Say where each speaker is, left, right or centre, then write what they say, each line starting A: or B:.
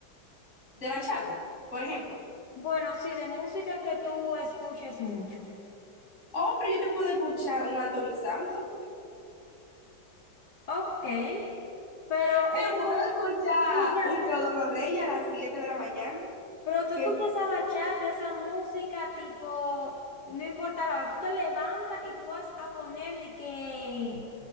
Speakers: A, on the left (about 40°); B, on the left (about 65°).
A: de bachata, por ejemplo.
B: Bueno, sí, de música que tú escuches mucho.
A: Oh, pero yo te puedo escuchar un Anthony Santos,
B: Ok, pero
A: <laughs> te
B: ese
A: puedo
B: como
A: escuchar
B: escucha,
A: un Teodoro Reyes a las 7 de la mañana,
B: pero tú
A: que
B: escuchas
A: me
B: esa bachata, esa música tipo, no importa la hora, tú te levantas y tú vas a poner de que